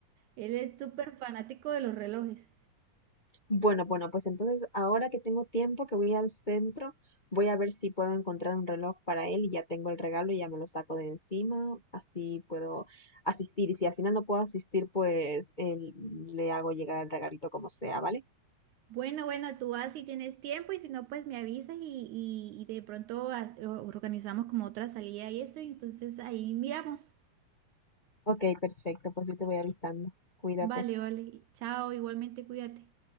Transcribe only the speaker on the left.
Bueno, bueno, pues entonces ahora que tengo tiempo, que voy al centro, voy a ver si puedo encontrar un reloj para él y ya tengo el regalo y ya me lo saco de encima, así puedo asistir. Y si al final no puedo asistir, pues él- le hago llegar el regalito como sea, ¿vale?
Ok, perfecto, pues yo te voy avisando. Cuídate.